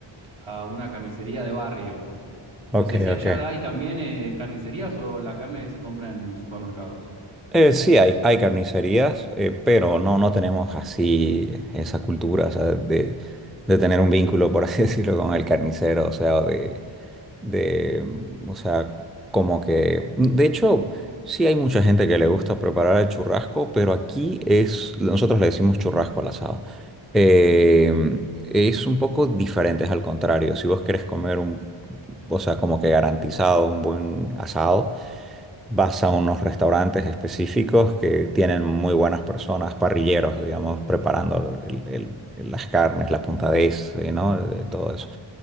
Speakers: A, on the right; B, in the centre.
A: a una carnicería de barrio.
B: ok,
A: No sé si allá
B: ok.
A: hay también eh, carnicerías o la carne se compra en supermercados.
B: Eh, sí, hay, hay carnicerías, eh, pero no, no tenemos así esa cultura, o sea, de, de tener un vínculo, por así <laughs> decirlo, con el carnicero, o sea, de, de, o sea, como que, de hecho, sí hay mucha gente que le gusta preparar el churrasco, pero aquí es, nosotros le decimos churrasco al asado. Eh, es un poco diferente, es al contrario, si vos querés comer un, o sea, como que garantizado un buen asado vas a unos restaurantes específicos que tienen muy buenas personas, parrilleros, digamos, preparando el- el- las carnes, la puntadez, eh, ¿no? De todo eso.